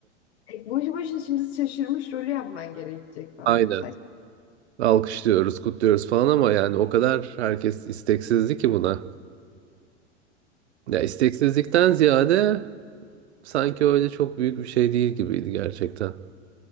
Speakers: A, on the left; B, on the right.
A: E, boşu boşuna şimdi şaşırmış rolü yapman gerekecek falan.
B: Aynen. Alkışlıyoruz, kutluyoruz falan ama yani o kadar herkes isteksizdi ki buna. Ya isteksizlikten ziyade sanki öyle çok büyük bir şey değil gibiydi gerçekten.